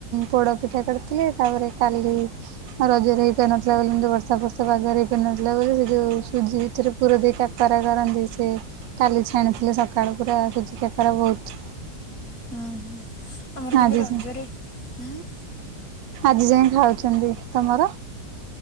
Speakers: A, on the right; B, on the left.
A: ପୋଡ଼ପିଠା କରିଥିଲେ ତାପରେ କାଲି ରଜରେ ହେଇପାରୁନଥିଲା ବୋଲି ମ୍ତି ବର୍ଷା ଫର୍ଷା ପାଗରେ ହେଇପାରୁନଥିଲା ବୋଲି ସେ ଯେଉଁ ସୁଜି ଭିତରେ ପୁରା ଦେଇ କାକରା କରନ୍ତି ସେ କାଲି ଛାଣିଥିଲେ ସକାଳୁ ପୁରା ସୁଜି କା କର ବହୁତ।
B: ହୁଁ ହୁଁ ଆମର କାଲି
A: ଆଜି
B: ରଜରେ
A: ଯାଏଁ
B: ହୁଁ।
A: ଆଜି ଯାଇଁ ଖାଉଛନ୍ତି ତମର?